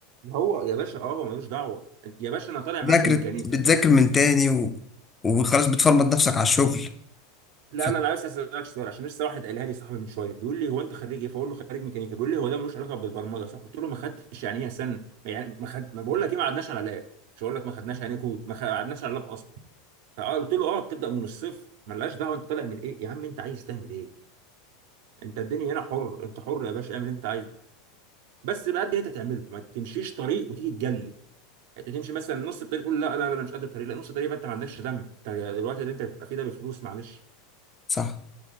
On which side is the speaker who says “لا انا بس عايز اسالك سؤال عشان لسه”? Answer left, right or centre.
Right